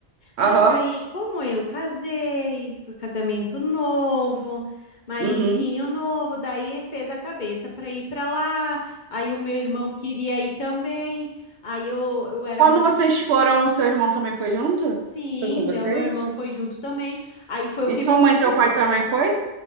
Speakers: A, on the right; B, on the left.
A: Aham.
B: Mas daí, como eu casei, casamento novo, maridinho
A: Uhum.
B: novo, daí fez a cabeça para ir para lá. Aí o meu irmão queria ir também. Aí eu, eu era
A: Quando
B: muito
A: vocês foram, o seu irmão também foi junto?
B: Sim,
A: Foi com vocês?
B: daí o meu irmão foi junto também. Aí foi o
A: E
B: que
A: tua
B: me
A: mãe
B: motivou.
A: e teu pai também foi?